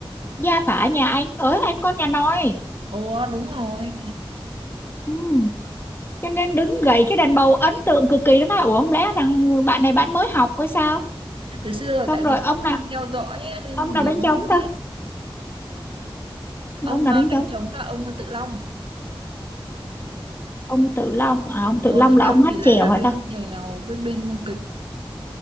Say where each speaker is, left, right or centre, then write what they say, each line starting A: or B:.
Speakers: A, on the left (about 25°); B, on the right (about 70°).
A: gia phả nhà anh ở anh con nhà nòi
B: ồ đúng rồi
A: ừ. cho nên đứng gậy cái đàn bầu ấn tượng cực kỳ nó nói ủa không lẽ thằng bạn này bạn mới học hay sao
B: từ xưa là
A: xong
B: tại
A: rồi
B: vì
A: ông nào
B: không theo dõi á, nên
A: ông nào
B: nhiều
A: đánh
B: cũng
A: trống
B: không
A: ta
B: biết ông
A: ông nào
B: ờ,
A: đánh
B: đánh
A: trống
B: trống là ông Tự Long
A: ông Tự Long à ông
B: ờ,
A: Tự Long
B: Tự
A: là
B: Long
A: ông hát
B: thì là
A: chèo
B: là bên
A: hả ta
B: chèo với bên kịch